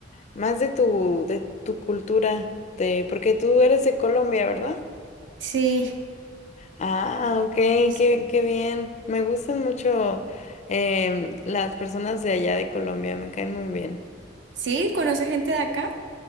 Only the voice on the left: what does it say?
más de tu de tu cultura, de, porque tú eres de Colombia, ¿verdad?
Ah, ok, qué,
qué bien. Me gustan mucho em, las personas de allá de Colombia, me caen muy bien.